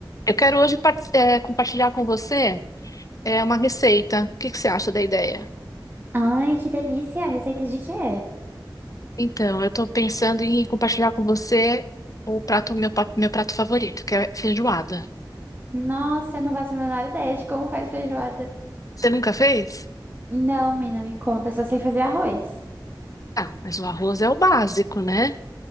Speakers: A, on the left; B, on the right.
A: Eu quero hoje par- eh, compartilhar com você eh, uma receita. O que que você acha da ideia?
B: Ai, que delícia! Receita de quê?
A: Então, eu estou pensando em compartilhar com você o prato, meu, pa- meu prato favorito, que é feijoada.
B: Nossa, eu não faço a menor ideia de como faz feijoada.
A: Você nunca fez?
B: Não, mina, me conta, eu só sei fazer arroz.
A: Ah, mas o arroz é o básico, né?